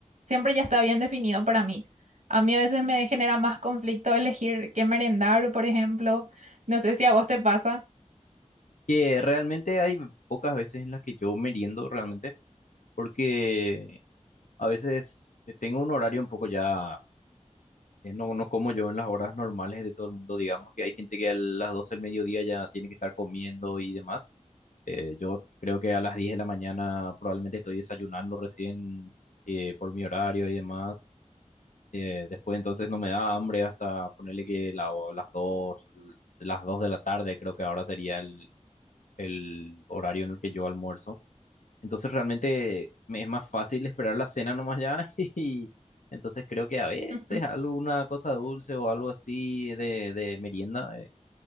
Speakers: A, on the right; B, on the left.
A: siempre ya está bien definido para mí. A mí a veces me genera más conflicto elegir qué merendar, por ejemplo. No sé si a vos te pasa.
B: Que realmente hay pocas veces en las que yo meriendo realmente, porque a veces eh, tengo un horario un poco ya, eh, no, no como yo en las horas normales de todo el mundo, digamos, que hay gente que a las 12 del mediodía ya tiene que estar comiendo y demás. Eh, yo creo que a las 10 de la mañana probablemente estoy desayunando recién eh, por mi horario y demás. Eh, después entonces no me da hambre hasta ponerle que la- las dos las 2 de la tarde creo que ahora sería el, el horario en el que yo almuerzo. Entonces realmente me es más fácil esperar la cena nomás ya <laughs> y entonces creo que a veces
A: <laughs>
B: alguna cosa dulce o algo así de, de merienda eh,